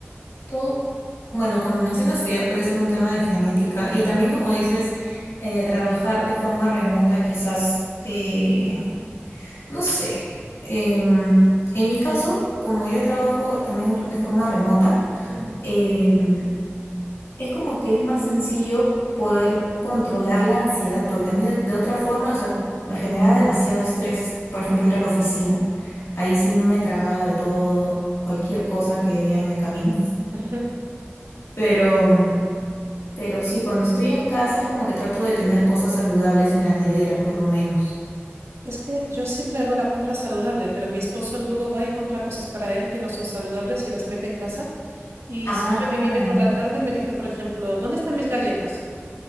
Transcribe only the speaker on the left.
Todo, bueno, como mencionaste, ya puede ser un tema de genética y también como dices, eh, trabajar de forma remota quizás te, no sé, em, en mi caso, como yo trabajo también de forma remota,
em, es como que es más sencillo poder controlar la ansiedad, porque a mí de, de otra forma, o sea, me generaba demasiado estrés, por ejemplo, ir a la oficina. Ahí sí me tragaba de todo, cualquier cosa que veía en el camino.
<laughs> Pero... mm, Pero sí, cuando estoy en casa es como que trato de tener cosas saludables en la nevera, por lo menos.
Ah,